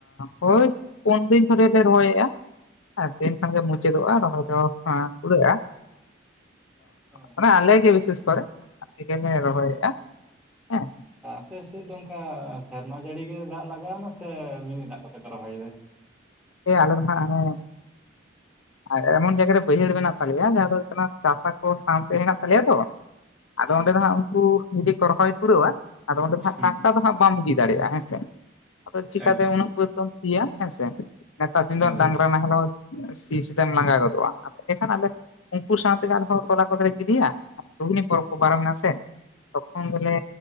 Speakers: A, on the left; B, in the centre.
A: ᱦᱳ ᱯᱩᱱᱫᱤᱱ ᱯᱚᱨᱮ ᱞᱮ ᱨᱚᱦᱮᱫᱼᱟ᱾ ᱟᱨ ᱛᱮᱦᱮᱧ ᱠᱷᱟᱱᱜ ᱜᱮ ᱢᱩᱪᱟᱹᱫᱚᱜᱼᱟ ᱨᱚᱦᱚᱭ ᱫᱚ ᱠᱩᱲᱟᱹᱜᱼᱟ᱾
B: ᱦᱳᱭ
A: ᱢᱟᱱᱮ ᱟᱞᱮ ᱜᱮ ᱵᱤᱥᱮᱥ ᱠᱚᱨᱮ ᱟᱞᱮ ᱜᱮᱞᱮ ᱨᱚᱦᱚᱭᱮᱫᱼᱟ ᱦᱮᱸ᱾
B: ᱟᱯᱮᱥᱮᱫ ᱫᱚ ᱚᱱᱠᱟ ᱥᱮᱨᱢᱟ ᱡᱟᱹᱲᱤ ᱜᱮ ᱫᱟᱜ ᱞᱟᱜᱟᱣᱱᱟ ᱥᱮ ᱢᱤᱱᱤ ᱫᱟᱜ ᱠᱚᱛᱮ ᱯᱮ ᱨᱚᱦᱚᱭᱮᱫᱟ?
A: ᱮ ᱟᱞᱮ ᱫᱚᱱᱟᱜ ᱮ ᱟᱨ ᱮᱢᱚᱱ ᱡᱟᱭᱜᱟᱨᱮ ᱵᱟᱹᱭᱦᱟᱹᱲ ᱢᱮᱱᱟᱜ ᱛᱟᱞᱮᱭᱟ ᱡᱟᱦᱟᱸ ᱫᱚ ᱦᱩᱭᱩᱜ ᱠᱟᱱᱟ ᱪᱟᱥᱟ ᱠᱚ ᱥᱟᱶᱛᱮ ᱦᱮᱱᱟᱜ ᱛᱟᱞᱮᱭᱟ ᱛᱚ ᱟᱫᱚ
B: ᱦᱩᱸ
A: ᱚᱸᱰᱮ ᱫᱚ ᱦᱟᱸᱜ ᱩᱱᱠᱩ ᱡᱩᱫᱤ ᱠᱚ ᱨᱚᱦᱚᱭ ᱯᱩᱨᱟᱹᱣ-ᱟ ᱟᱫᱚ ᱚᱸᱰᱮ ᱫᱚᱜ
B: ᱦᱩᱸ
A: ᱴᱟᱠᱴᱟ ᱫᱚ ᱦᱟᱜ ᱵᱟᱢ ᱤᱫᱤ ᱫᱟᱲᱮᱭᱟᱜᱼᱟ ᱦᱮᱸᱥᱮ ᱟᱫᱚ ᱪᱤᱠᱟᱛᱮ
B: ᱮᱠᱫᱚᱢ
A: ᱩᱱᱟᱹᱜ ᱵᱟᱹᱫᱽ ᱫᱚᱢ ᱥᱤᱭᱟ ᱦᱮᱸ ᱥᱮ᱾ ᱱᱮᱛᱟᱨ ᱫᱤᱱ ᱫᱚ
B: ᱦᱳᱭ
A: ᱰᱟᱝᱨᱟ ᱱᱟᱦᱮᱞᱳ ᱥᱤ ᱥᱤᱛᱮᱢ ᱞᱟᱸᱜᱟ ᱜᱚᱫᱚᱜᱼᱟ ᱟᱫᱚ ᱮᱰᱮᱠᱷᱟᱱ ᱟᱞᱮ ᱩᱱᱠᱩ ᱥᱟᱶᱛᱮᱜᱮ ᱟᱞᱮᱦᱚᱸ ᱛᱚᱞᱟ ᱠᱚᱫᱚᱞᱮ ᱜᱤᱰᱤᱭᱟ ᱨᱩᱜᱷᱱᱤ ᱯᱚᱨᱚᱵᱽ ᱠᱚ ᱯᱟᱨᱚᱢᱮᱱᱟ ᱥᱮ ᱛᱚᱠᱷᱚᱱ
B: ᱦᱩᱸ
A: ᱜᱮᱞᱮ